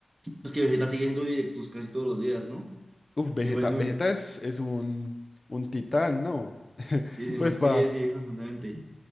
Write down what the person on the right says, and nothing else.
pues que Vegeta sigue haciendo directos casi todos los días, ¿no?
Y me parece muy,
sí, sí, además
sigue,
sigue constantemente.